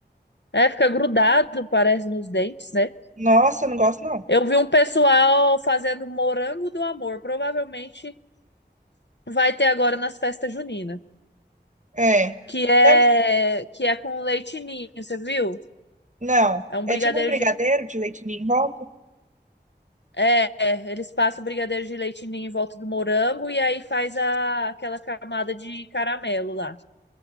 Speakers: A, on the left; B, on the right.
A: é, fica grudado, parece, nos dentes, né?
B: Nossa, eu não gosto não.
A: Eu vi um pessoal fazendo morango do amor. Provavelmente vai ter agora nas festas juninas.
B: É.
A: Que é,
B: Deve...
A: que é com leite ninho, você viu?
B: Não.
A: É um
B: É
A: brigadeiro
B: tipo um brigadeiro
A: de leite.
B: de leite ninho em volta.
A: É, é, eles passam o brigadeiro de leite ninho em volta do morango e aí faz a, aquela camada de caramelo lá.